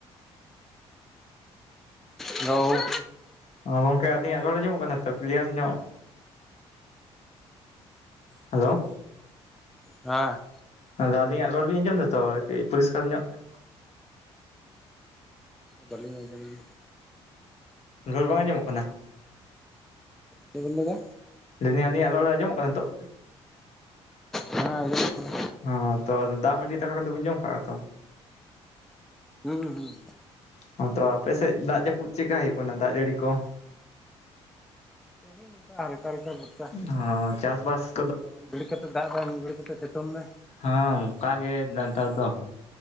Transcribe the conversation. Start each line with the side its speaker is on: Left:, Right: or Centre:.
Centre: ᱦᱮᱞᱳᱣ
Left: ᱚ ᱜᱚᱝᱠᱮ ᱟᱹᱞᱤᱧᱟᱜ ᱨᱚᱲ ᱟᱸᱡᱚᱢᱚᱜ ᱠᱟᱱᱟ ᱛᱚ ᱠᱤᱞᱤᱭᱟᱨ ᱧᱚᱜ ᱦᱮᱞᱳᱣ
Centre: ᱦᱮᱸ
Left: ᱟᱫᱚ ᱟᱹᱞᱤᱧᱟᱜ ᱨᱚᱲ ᱵᱤᱱ ᱟᱸᱡᱚᱢ ᱮᱫᱟ ᱛᱚ ᱟᱨᱠᱤ ᱯᱚᱨᱤᱥᱠᱟᱨ ᱧᱚᱜ
Centre: ᱵᱟᱹᱞᱤᱧ ᱟᱡᱚᱢ <inaudible>
Left: ᱨᱚᱲ ᱵᱟᱝ ᱟᱸᱡᱚᱢᱚᱜ ᱠᱟᱱᱟ
Centre: ᱪᱮᱫ ᱵᱤᱱ ᱞᱟᱹᱭ ᱫᱟ
Left: ᱞᱟᱹᱭᱫᱟ ᱟᱞᱤᱧ ᱟᱸᱡᱚᱢ ᱠᱟᱱᱟ ᱱᱤᱛᱚᱜ
Centre: ᱦᱮᱸ ᱡᱚᱢᱚᱜ ᱠᱟᱱᱟ
Left: ᱦᱚᱸ ᱛᱚ ᱟᱫᱚ ᱫᱟᱜ ᱢᱟᱰᱤ ᱫᱟᱠᱟ ᱠᱚᱫᱚ ᱵᱤᱱ ᱡᱚᱢ ᱠᱟᱜᱼᱟ ᱛᱚ
Centre: ᱦᱩᱸ ᱦᱩᱸ
Left: ᱦᱚᱸ ᱛᱚ ᱟᱯᱮ ᱥᱮᱫ ᱫᱟᱜ ᱡᱟᱹᱯᱩᱫ ᱪᱮᱫᱠᱟ ᱦᱩᱭᱩᱜ ᱠᱟᱱᱟ ᱫᱟᱜ ᱡᱟᱹᱲᱤ ᱠᱚ
Centre: ᱚᱱᱮ ᱚᱱᱠᱟ ᱦᱟᱞᱠᱟ ᱦᱟᱞᱠᱟ
Left: ᱦᱚᱸ ᱪᱟᱥ ᱵᱟᱥ
Centre: ᱢᱤᱫ ᱜᱷᱟᱹᱲᱤᱡ ᱠᱟᱛᱮ ᱫᱟᱜ ᱢᱤᱫ ᱜᱷᱟᱹᱲᱤᱡ ᱠᱟᱛᱮ ᱥᱤᱛᱩᱝ ᱫᱟᱭ
Left: ᱦᱮᱸ ᱚᱱᱠᱟ ᱜᱮ ᱱᱮᱛᱟᱨ ᱫᱚ